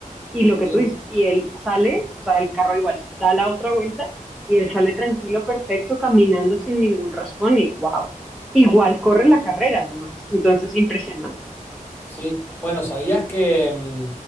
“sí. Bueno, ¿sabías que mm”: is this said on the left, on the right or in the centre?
Left